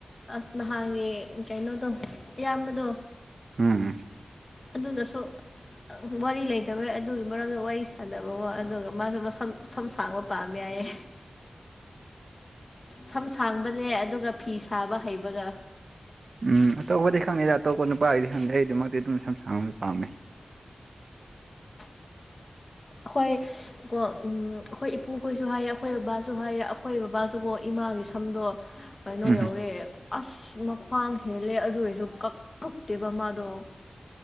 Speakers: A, on the left; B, on the right.
A: ꯑꯁ ꯅꯍꯥꯟꯒꯤ ꯀꯩꯅꯣꯗꯣ ꯏꯌꯥꯝꯕꯗꯣ
B: ꯎꯝ
A: ꯑꯗꯨꯅꯁꯨ ꯋꯥꯔꯤ ꯂꯩꯇꯕ ꯑꯗꯨꯒꯤ ꯃꯔꯝꯗ ꯋꯥꯔꯤ ꯁꯥꯗꯕ ꯋꯥꯣ ꯑꯗꯨꯒ ꯃꯥꯁꯨ ꯃꯁꯝ ꯁꯝ ꯁꯥꯡꯕ ꯄꯥꯝꯃꯦ ꯌꯥꯏꯌꯦ ꯁꯝ ꯁꯥꯡꯕꯅꯦ ꯑꯗꯨꯒ ꯐꯤ ꯁꯥꯕ ꯍꯩꯕꯒ
B: ꯎꯝ ꯑꯇꯣꯞꯄꯗꯤ ꯈꯪꯗꯦꯗ ꯑꯇꯣꯞꯄ ꯅꯨꯄꯥꯒꯤꯗꯤ ꯈꯪꯗꯦ ꯑꯩ ꯑꯗꯨꯃꯛꯇꯤ ꯑꯗꯨꯝ ꯁꯝ ꯁꯥꯡ ꯄꯥꯝꯃꯦ
A: ꯑꯈꯣꯏ ꯀꯣ ꯎꯝ ꯑꯈꯣꯏ ꯏꯄꯨꯈꯣꯏꯁꯨ ꯍꯥꯏꯌꯦ ꯑꯈꯣꯏ ꯕꯕꯥꯁꯨ ꯍꯥꯏꯌꯦ ꯑꯈꯣꯏ ꯕꯕꯥꯁꯨꯀꯣ ꯏꯃꯥꯒꯤꯁꯨ ꯁꯝꯗꯣ ꯀꯩꯅꯣ
B: ꯎꯝ
A: ꯌꯧꯔꯦ ꯑꯁ ꯃꯈ꯭ꯋꯥꯡ ꯍꯦꯜꯂꯦ ꯑꯗꯨ ꯑꯣꯏꯔꯁꯨ ꯀꯛ ꯀꯛꯇꯦꯕ ꯃꯥꯗꯣ